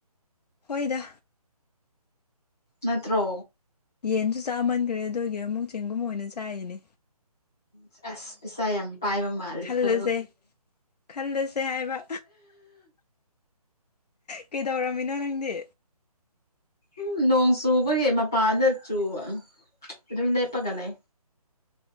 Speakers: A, on the left; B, in the centre.
A: ꯍꯣꯏꯗꯥ
B: ꯅꯠꯇ꯭ꯔꯣ
A: ꯌꯦꯟꯖꯨ ꯆꯥꯃꯟꯒ꯭ꯔꯦ ꯑꯗꯨꯒꯤ ꯑꯃꯨꯛ ꯆꯦꯡꯒꯨꯝ ꯑꯣꯏꯅ ꯆꯥꯏꯅꯦ
B: ꯁꯦꯁ ꯄꯩꯁꯥ ꯌꯥꯝ ꯄꯥꯏꯕ ꯃꯥꯜꯂꯤꯀꯣ
A: ꯈꯜꯂꯁꯦ ꯈꯜꯂꯁꯦ ꯍꯥꯏꯕ ꯀꯩꯗꯧꯔꯝꯃꯤꯅꯣ ꯅꯪꯗꯤ
B: ꯎꯝ ꯅꯣꯡ ꯆꯨꯕꯒꯤ ꯃꯄꯥꯟꯗ ꯆꯨꯕ ꯑꯗꯨꯝ ꯂꯦꯞꯄꯒ ꯂꯩ